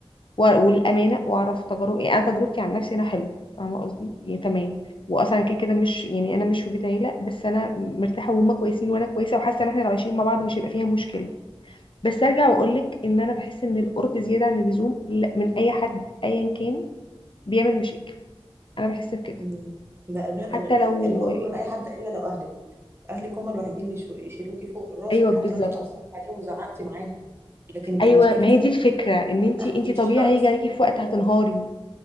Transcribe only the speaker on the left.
و- والامانه واعرف تجارب يعني انا تجربتي عن نفسي انا حلو فاهمه قصدي يعني تمام واصلا كده كده مش يعني انا مش في بيت عيله بس انا مرتاحه وهم كويسين وانا كويسه وحاسه ان احنا لو عايشين مع بعض مش هيبقى فيها مشكله بس ارجع واقول لك ان انا بحس ان القرب زياده عن اللزوم لا- من اي حد ايا كان بيعمل مشاكل انا بحس بكده
حتى
لو
ايوه بالظبط
ايوه
ما هي
دي الفكره ان انت
انت
طبيعي
هيجي عليكي
في
وقت
هتنهاري